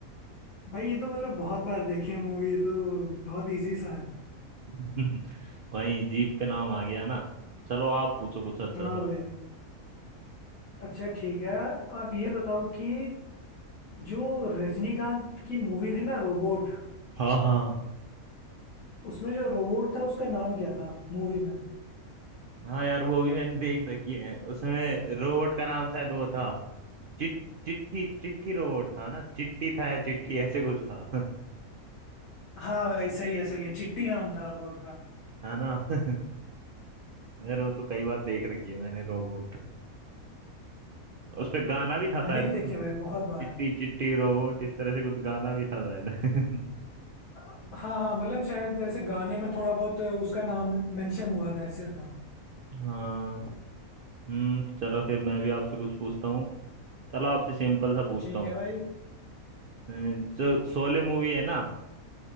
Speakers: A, on the left; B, on the right.
A: भाई ये तो मतलब बहुत बार देखी है मूवी ये तो बहुत इजी सा है
B: <laughs> वही जीप पे नाम आ गया ना चलो आप पूछो कुछ अच्छा
A: हाँ
B: सा
A: भाई अच्छा ठीक है आप ये बताओ कि जो रजनीकांत की मूवी थी ना रोबोट
B: हाँ हाँ
A: उसमें जो रोबोट था उसका नाम क्या था मूवी में
B: हाँ यार वो भी मैंने देख रखी है उसमें रोबोट का नाम शायद वो था चिट चिट्ठी चिट्ठी रोबोट था ना चिट्टी था या चिट्ठी ऐसे कुछ था <laughs>
A: हाँ भाई सही है सही है चिट्टी नाम था रोबोट का
B: है ना <laughs> यार वो तो कई बार देख रखी है मैंने रोबोट उस पे गाना भी था
A: मैंने
B: शायद
A: भी देखी
B: <laughs>
A: है भाई बहुत बार
B: चिट्टी चिट्टी रोबोट इस तरह से कुछ गाना भी था शायद <laughs>
A: हाँ हाँ मतलब शायद ऐसे गाने में थोड़ा बहुत उसका नाम मेंशन हुआ था ऐसे था
B: हाँ हम्म चलो फिर मैं भी आपसे कुछ पूछता हूँ चलो आपसे सिंपल सा पूछता
A: ठीक
B: हूँ
A: है भाई
B: अ, जो शोले मूवी है ना